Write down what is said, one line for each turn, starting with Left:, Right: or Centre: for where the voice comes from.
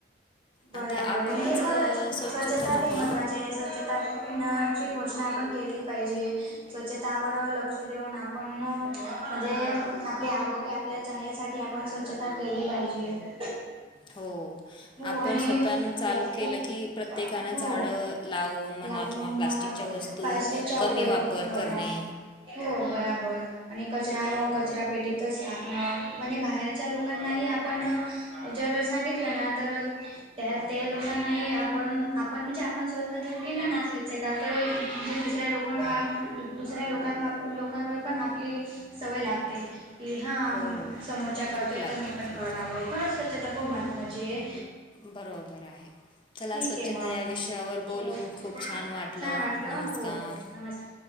Right: बराबर
Left: आणि ते आपणच
Right: आहे म्हणजे खरच
Left: अ,
Right: स्वच्छता
Left: नाही
Right: खूप महत्त्वाची आहे स्वच्छता नची घोषणा आपण केली पाहिजे स्वच्छतावर लक्ष देऊन आपण म्हणजे आपले आरोग्या आप चांगल्यासाठी आपण स्वच्छता केली पाहिजे
Left: हो
Right: हो
Left: आपण
Right: आणि
Left: स्वतःनं चालू
Right: प्लास्टिक
Left: केलं की प्रत्येकानं
Right: हो
Left: झाडं लावून म्हणा
Right: लागून
Left: किंवा प्लास्टिकच्या
Right: मला
Left: वस्तू
Right: प्लास्टिकचा उपयोग
Left: वापर
Right: कमी करणार
Left: करणे
Right: हो बराबर आणि कचरा कचरा पेटीतच टाकणं म्हणजे बाहेरच्या लोकांनाही आपण जर सांगितलं ना तर त्या ते लोकांनाही आपण आपण म्हणजे आपण स्वतः जर केलं ना स्व्छ आ तर जे दुसऱ्या लोकां दुसऱ्या लोकां लोकांवर पण आपली सवय लागते की हा
Left: हो
Right: समोरच्या करतोय
Left: खूप लागते
Right: तर मी पण
Left: खूप
Right: करावं खरंच स्वच्छ तक मात माझे
Left: बरोबर आहे चला
Right: ठीक
Left: स्वच्छता
Right: आहे मग
Left: या विषयावर
Right: च
Left: बोलून खूप
Right: बघ छान वाटलं
Left: नमस्कार
Right: हो हो नमस्कार